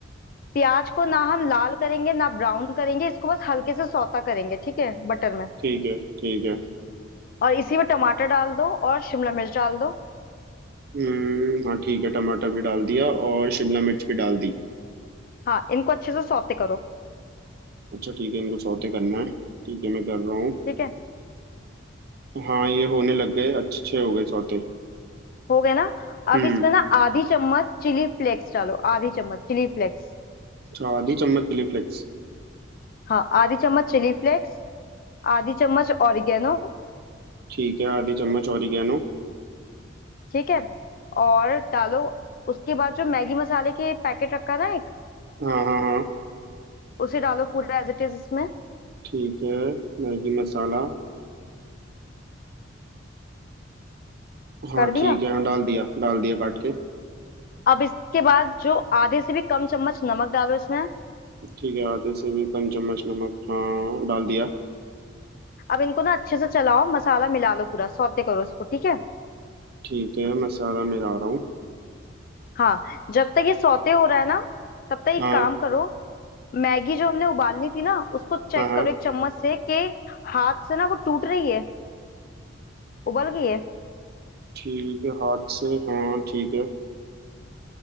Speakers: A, on the left (about 45°); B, on the right (about 50°).
A: प्याज को ना हम लाल करेंगे ना ब्राउन करेंगे इसको बस हल्के से सौता करेंगे ठीक है बटर में
B: ठीक है ठीक है
A: और इसी में टमाटर डाल दो और शिमला मिर्च डाल दो
B: हम्म हाँ ठीक है टमाटर भी डाल दिया और शिमला मिर्च भी डाल दी
A: हाँ इनको अच्छे से सौते करो
B: अच्छा ठीक है इनको सौते करना है ठीक है मैं कर रहा हूँ
A: ठीक है
B: हाँ ये होने लग गए अच्छे हो गए सौते
A: हो गए ना अब
B: हम्म
A: इसमें ना आधी चम्मच चिली फ्लेक्स डालो आधी चम्मच चिली फ्लेक्स
B: अच्छा आधी चम्मच चिली फ्लेक्स
A: हाँ आधी चम्मच चिली फ्लेक्स आधी चम्मच ऑरिगेनो
B: ठीक है आधी चम्मच ऑरिगेनो
A: ठीक है और डालो उसके बाद जो मैगी मसाले के पैकेट रखा ना एक
B: हाँ हाँ हाँ
A: उसे डालो पूरा एज इट इज इसमें
B: ठीक है मैगी मसाला हाँ
A: कर
B: ठीक
A: दिया
B: है हाँ डाल दिया डाल दिया काट के
A: अब इसके बाद जो आधे से भी कम चम्मच नमक डालो इसमें
B: ठीक है आधे से भी कम चम्मच नमक हाँ डाल दिया
A: अब इनको ना अच्छे से चलाओ मसाला मिला लो पूरा सौते करो इसको ठीक है
B: ठीक है मसाला मेरा आ रहा हूँ
A: हाँ जब तक ये सौते हो रहा है ना तब तक एक
B: हाँ
A: काम करो मैगी जो हमने उबालनी थी ना उसको चेक
B: हाँ हाँ
A: करो एक चम्मच से कि हाथ से ना वो टूट रही है उबल गई है
B: ठीक है हाथ से हाँ ठीक है